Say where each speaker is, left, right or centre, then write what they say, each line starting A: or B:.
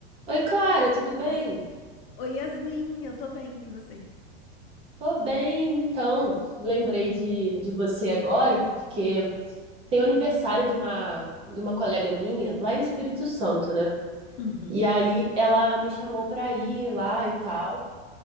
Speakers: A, on the right; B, on the left.
A: Oi, Clara, tudo bem?
B: Oi, Yasmin, eu tô bem, e você?
A: Tô bem, então. Lembrei de, de você agora porque tem o aniversário de uma de uma colega minha lá em Espírito Santo, né?
B: Uhum,
A: E aí ela me chamou pra ir lá e tal.